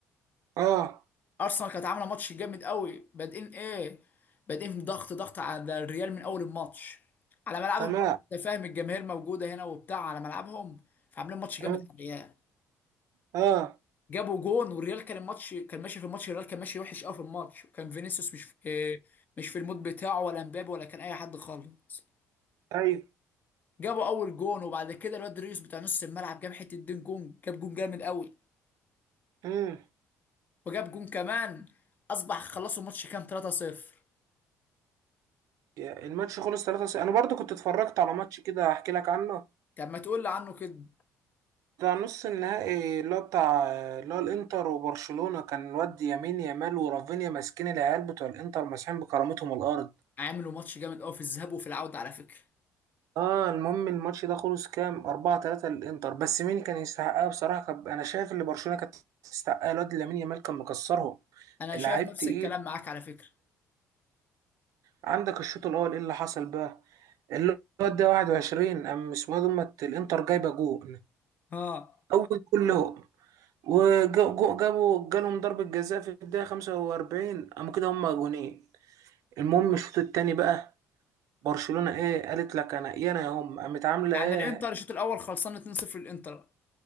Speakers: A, on the right; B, on the left.
A: اه
B: ارسنال كانت عامله ماتش جامد قوي بادئين ايه بادئين ضغط ضغط على الريال من اول الماتش على ملعبهم
A: تمام
B: بقى انت فاهم الجماهير موجوده هنا وبتاع على ملعبهم فعاملين ماتش
A: تمام
B: جامد على الريال
A: اه
B: جابوا جون والريال كان الماتش كان ماشي في الماتش الريال كان ماشي وحش قوي في الماتش وكان فينيسيوس مش في مش في المود بتاعه ولا مبابي ولا كان اي حد خالص
A: ايوه
B: جابوا اول جون وبعد كده الواد ريوس بتاع نص الملعب جاب حته دين جون جاب جون جامد قوي
A: امم
B: وجاب جون كمان اصبح خلصوا الماتش كام 3-0
A: يا- الماتش خلص 3 انا برضو كنت اتفرجت على ماتش كده هحكي لك عنه
B: طب ما تقول لي عنه كده
A: بتاع نص النهائي اللي هو بتاع اللي هو الانتر وبرشلونة كان الواد يمين يامال ورافينيا ماسكين العيال بتوع الانتر ماسحين بكرامتهم الارض
B: عملوا ماتش جامد قوي في الذهاب وفي العوده على فكره
A: اه المهم الماتش ده خلص كام 4 3 للانتر بس مين كان يستحقها بصراحة كان انا شايف ان برشلونة كانت تستحقها الواد لامين يامال كان مكسرهم
B: انا شايف
A: لعيب
B: نفس
A: تقيل
B: الكلام معاك على فكره
A: عندك الشوط الاول ايه اللي حصل بقى الواد ده 21 قام اسمه إيه دومت الانتر جايبه جون
B: ها
A: اول كلهم وجابوا جالهم ضربه جزاء في الدقيقه 45 قام كده هم جونين المهم الشوط التاني بقى برشلونه ايه قالت لك انا يا انا يا هم قامت عامله
B: يعني
A: ايه
B: الانتر الشوط الاول خلصان 2-0 الانتر